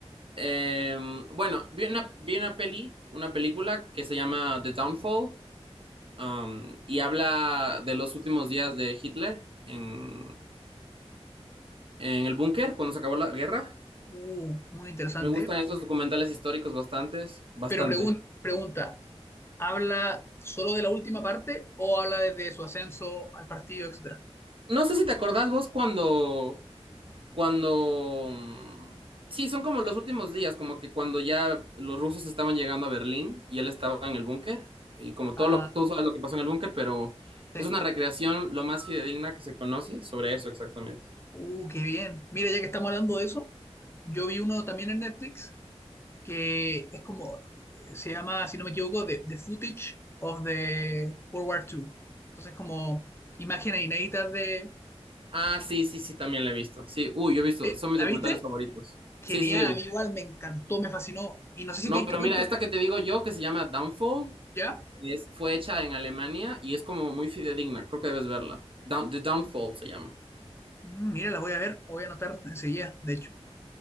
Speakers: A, on the right; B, on the left.
A: Eh, bueno, vi una, vi una peli, una película que se llama The Downfall. Um, y habla de los últimos días de Hitler en, en el búnker, cuando se acabó la guerra.
B: Uh, muy interesante.
A: Me gustan
B: ¿eh?
A: esos documentales históricos bastantes, bastante.
B: Pero pregun- pregunta, ¿Habla solo de la última parte o habla desde su ascenso al partido, etcétera?
A: No sé si te acordás vos cuando, cuando, mm, sí, son como los últimos días, como que cuando ya los rusos estaban llegando a Berlín y él estaba en el búnker, y como todo
B: Ah,
A: lo que tú sabes lo que pasó en el búnker, pero
B: sí.
A: es una recreación lo más fidedigna que se conoce sobre eso exactamente.
B: Uh, qué bien. Mira, ya que estamos hablando de eso, yo vi uno también en Netflix que es como, eh, se llama, si no me equivoco, The, The Footage of the World War two Entonces, como imágenes inéditas de...
A: Ah, sí, sí, sí, también la he visto. Sí, uy, yo he visto,
B: ¿Sí?
A: son
B: ¿La
A: mis documentales
B: viste?
A: favoritos.
B: Genial,
A: Sí, sí, sí, la he
B: a
A: visto.
B: mí igual me encantó, me fascinó. Y no sé si
A: No,
B: te diste
A: pero
B: cuenta
A: mira, esta
B: que
A: que te digo yo, que se llama Downfall,
B: ya...
A: es, fue hecha en Alemania y es como muy fidedigna, creo que debes verla. Down- The Downfall se llama.
B: Mm, mira, la voy a ver, la voy a anotar enseguida, de hecho.